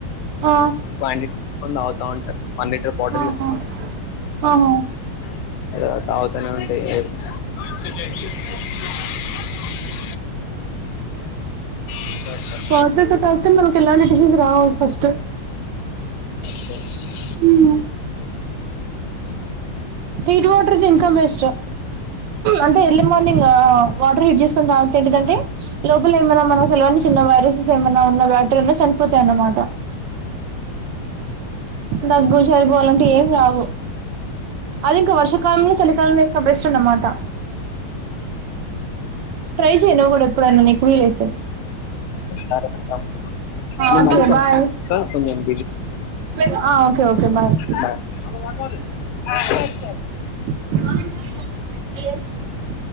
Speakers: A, on the right; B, on the left.
A: ఆ
B: క్వాంటితి <unintelligible> ఉంట వన్ లీటర్ బాటల్
A: ఆహా
B: <unintelligible>
A: ఆహా
B: తావాతనే ఉంట చె ఇంకా సార్
A: వాటర్ ఎక్కువ తాగితే మనకు ఎలాంటి డిసెస్ రావు ఫస్ట్
B: స
A: ఉం హీట్ వాటర్కి ఇంకా బేస్ట్ అంటే ఎర్లీ మార్నింగ్ వాటర్ హీట్ చేసుకుని తాగితే ఏంటిదంటే లోపల ఏమైన మనకు కానీ చిన్న వైరసెస్ ఏమైన్నా ఉన్న బ్యాక్టరీయా అయినా చనిపోతాయ అన్నమాట దగ్గు జలుబు అలాంటివి ఏం రావు అది ఇంకా వర్షకాలంలో చలికాలంలో ఇంకా బెస్ట్ అనమాట ట్రై చెయ్యి నువ్వు కూడ ఎప్పుడన్నా నీకు వీలైతే
B: సరే అక్క నేను
A: ఒకే
B: మళ్ళీ కాల్
A: బాయ్
B: చేస్తా. కొంచెం
A: ఆ ఓకే బాయ్
B: మ
A: <unintelligible>